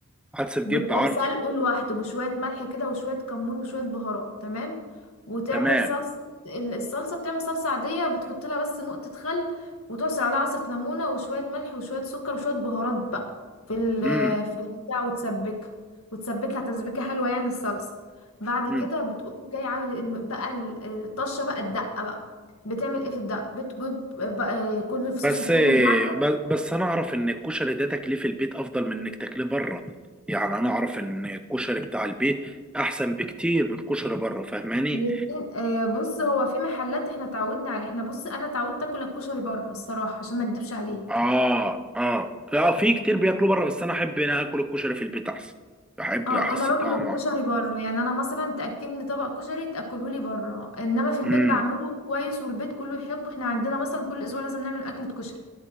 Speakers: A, in the centre; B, on the left.
A: حدس بجيب
B: بتقوم
A: عارفه
B: سلقه لوحده بشوية ملح كده وشوية كمون وشوية بهارات تمام وتعمل
A: تمام
B: صلصة ال- الصلصة بتعمل صلصة عادية بتحط لها بس نقطة خل وتعصر عليها عصرة ليمونة وشوية ملح وشوية سكر وشوية بهارات بقى في ال
A: امم
B: في البتاع وتسبكها وتسبكها تسبيكة حلوة يعني الصلصة بعد
A: امم
B: كده بتقوم جاي عامل الم- بقى ال- الطشة بقى الدقة بقى بتعمل ايه في الدقة بتجيب بقى كل فصوص
A: بس
B: الثوم اللي معاك
A: ب- بس انا اعرف ان الكشري ده تاكليه في البيت افضل من انك تاكليه بره يعني انا اعرف ان الكشري بتاع البيت احسن بكتير من الكشري بره فاهماني
B: الاتنين آه، بص هو في محلات احنا اتعودنا عليه احنا بص انا اتعودت اكل الكشري بره الصراحه عشان ما اكدبش عليك
A: اه اه لا في كتير بياكلوا بره بس انا احب انا اكل الكشري في البيت احسن بحب
B: اه
A: احس
B: انا باكل
A: طعمه
B: الكشري بره يعني انا مثلا تاكلني طبق كشري تاكله لي بره انما في البيت
A: امم
B: بعمله كويس والبيت كله يحبه احنا عندنا مثلا كل اسبوع لازم نعمل اكله كشري